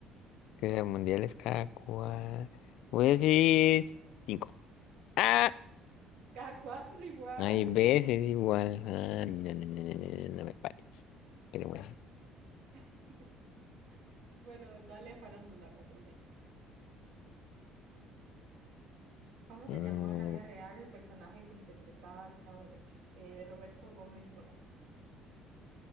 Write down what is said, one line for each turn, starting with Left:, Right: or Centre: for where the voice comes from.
Left: Que el mundial es cada cual. Voy a decir cinco. ¡Ah!
Right: Cada cuatro igual.
Left: Hay veces
Right: Qué torpe.
Left: igual. Ah, no, no, no, no, no, no no me parece. Pero bueno.
Right: <laughs> Bueno, dale a Farándula 400. ¿Cómo
Left: Mm,
Right: se llamó en la vida real el personaje que interpretaba al Chavo del Ocho? Eh, Roberto Gómez Bolaños.